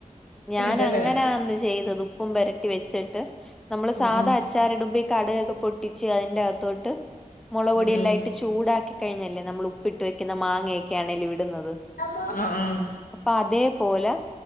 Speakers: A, in the centre; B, on the left.
A: ഞാൻ
B: ഉണ്ടല്ലേ
A: അങ്ങനാന്ന് ചെയ്തത് ഉപ്പും പരട്ടി വെച്ചിട്ട്. നമ്മള്
B: ഉം
A: സാധാ
B: ഉം
A: അച്ചാറിടുമ്പോ, ഈ കടക് ക്കെ പൊട്ടിച്ചു അതിന്റെകത്തോട്ട്, മുളക് പൊടിയെല്ലാം
B: ഉം ഉം
A: ഇട്ട് ചൂടാക്കി കഴിഞ്ഞല്ലേ, നമ്മൾ ഉപ്പിട്ട് വെക്കുന്ന മാങ്ങയൊക്കെയാണേല്ലേ ഇടുന്നത്.
B: ആഹ് ആം
A: അപ്പൊ അതേപോലെ